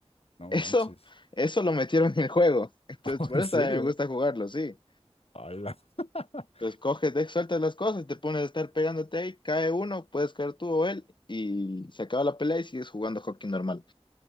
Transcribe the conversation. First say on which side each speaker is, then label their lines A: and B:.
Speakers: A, on the left; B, on the left.
A: No
B: Eso,
A: manches.
B: eso lo metieron en el juego. Entonces,
A: <laughs>
B: por
A: ¿En
B: eso
A: serio?
B: también me gusta jugarlo, sí.
A: Hola. <laughs>
B: Entonces coges, de- sueltas las cosas, y te pones a estar pegándote ahí, cae uno, puedes caer tú o él, y se acaba la pelea y sigues jugando hockey normal.